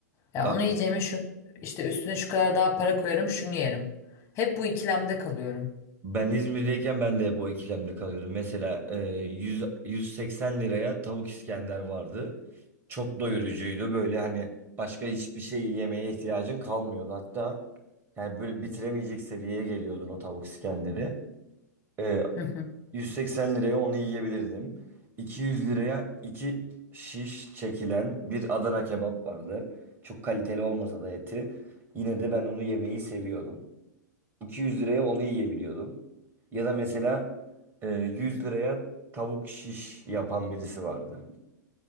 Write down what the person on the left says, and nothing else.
Ya
onu yiyeceğime şu işte üstüne şu kadar daha para koyarım şunu yerim. Hep bu ikilemde kalıyorum.
Hı hı.